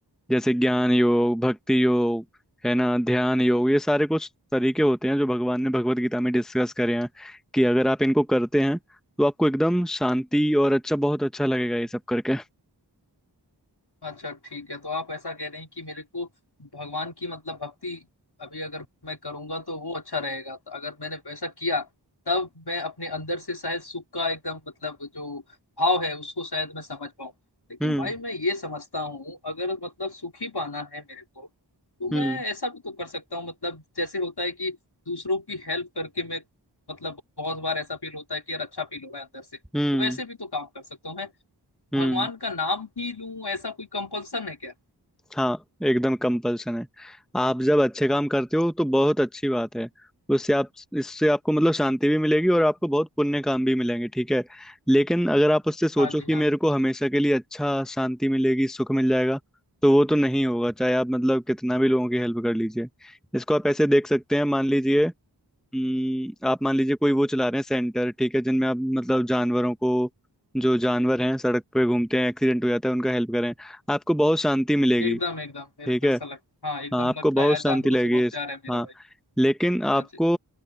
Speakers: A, in the centre; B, on the left.
A: जैसे ज्ञान योग भक्ति योग है ना ध्यान योग ये सारे कुछ तरीके होते हैं जो भगवान ने भगवत गीता में डिस्कस करे हैं कि अगर आप इनको करते हैं तो आपको एकदम शांति और अच्छा बहुत अच्छा लगेगा ये सब करके
B: अच्छा ठीक है तो आप ऐसा कह रहे हैं कि मेरे को भगवान की मतलब भक्ति अभी अगर मैं करूंगा तो वो अच्छा रहेगा तो अगर मैंने वैसा किया तब मैं अपने अंदर से शायद सुख का एकदम मतलब जो भाव है उसको शायद मैं समझ पाऊं लेकिन
A: हम्म
B: भाई मैं ये समझता हूँ अगर मतलब सुख ही पाना है मेरे को तो
A: हम्म
B: मैं ऐसा भी तो कर सकता हूँ मतलब जैसे होता है कि दूसरों की हेल्प करके मैं मतलब बहुत बार ऐसा फील होता है कि यार अच्छा फील हो रहा है अंदर से
A: हम्म
B: वैसे भी तो काम कर सकता हूँ
A: हम्म
B: भगवान का नाम ही लूं ऐसा कोई कंपल्सन है क्या
A: हाँ एकदम कंपल्सन है आप जब अच्छे काम करते हो तो बहुत अच्छी बात है उससे आप इससे आपको मतलब शांति भी मिलेगी और आपको बहुत पुण्य काम भी मिलेंगे ठीक है लेकिन अगर आप उससे सोचो
B: हाँ जी
A: कि
B: हाँ
A: मेरे को हमेशा के लिए अच्छा शांति मिलेगी सुख मिल जाएगा तो वो तो नहीं होगा चाहे आप मतलब कितना भी लोगों की हेल्प कर लीजिए इसको आप ऐसे देख सकते हैं मान लीजिए हम्म, आप मान लीजिए कोई वो चला रहे हैं सेंटर ठीक है जिनमें आप मतलब जानवरों को जो जानवर हैं सड़क पे घूमते हैं एक्सीडेंट हो जाता है उनका हेल्प करें आपको बहुत शांति मिलेगी
B: एकदम एकदम मेरे
A: ठीक
B: को
A: है
B: ऐसा लगता हाँ एकदम
A: हाँ आपको
B: लगता
A: बहुत
B: है यार
A: शांति
B: जानवरों
A: लगेगी
B: से बहुत
A: इस-
B: प्यार है मेरा
A: हाँ
B: भाई
A: लेकिन
B: हाँ
A: आपको
B: जी